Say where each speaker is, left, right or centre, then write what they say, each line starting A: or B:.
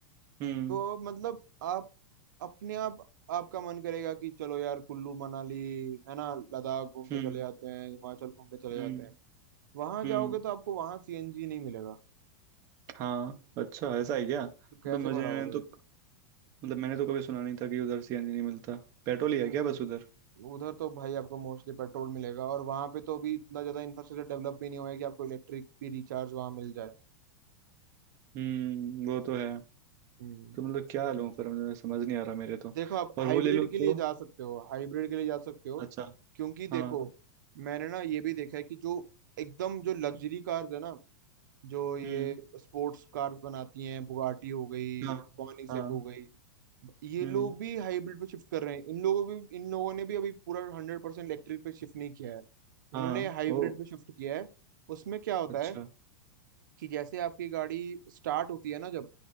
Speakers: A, on the right; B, on the right.
A: हम्म
B: तो मतलब आप अपने आप आपका मन करेगा कि चलो यार कुल्लू मनाली है ना लद्दाख घूमने
A: हम्म
B: चले जाते हैं हिमाचल घूमने चले जाते
A: हम्म
B: हैं वहां
A: हम्म
B: जाओगे तो आपको वहां सीएनजी नहीं मिलेगा
A: हाँ अच्छा ऐसा है क्या मतलब
B: तो कैसे
A: मुझे
B: भराओगे
A: मैंने तो मतलब मैंने तो कभी सुना नहीं था कि उधर सीएनजी नहीं मिलता पेट्रोल ही
B: हम्म
A: है क्या बस उधर
B: उधर तो भाई आपको मोस्टली पेट्रोल मिलेगा और वहां पे तो अभी इतना ज्यादा इंफ्रास्ट्रक्चर डेवलप भी नहीं हुआ है कि आपको इलेक्ट्रिक भी रिचार्ज वहां मिल जाए
A: हम्म वो तो है
B: हम्म
A: तो मतलब क्या लूँ फिर मतलब समझ नहीं आ रहा मेरे तो
B: देखो आप
A: और
B: हाइब्रिड
A: वो ले लूँ
B: के
A: तो
B: लिए जा सकते हो हाइब्रिड के लिए जा सकते हो
A: अच्छा
B: क्योंकि देखो
A: हाँ
B: मैंने ना ये भी देखा है कि जो एकदम जो लग्जरी कार्स है ना जो ये
A: हम्म
B: स्पोर्ट्स कार्स बनाती हैं बुगाटी हो गई
A: हाँ
B: कॉनिसेक
A: हाँ
B: हो गई ये
A: हम्म
B: लोग भी हाइब्रिड पे शिफ्ट कर रहे हैं इन लोगों भी इन लोगों ने भी अभी पूरा हंड्रेड परसेंट इलेक्ट्रिक पे शिफ्ट नहीं किया है इन्होंने
A: हाँ
B: हाइब्रिड
A: ओ
B: पे शिफ्ट किया है उसमें क्या होता
A: अच्छा
B: है कि जैसे आपकी गाड़ी स्टार्ट होती है ना जब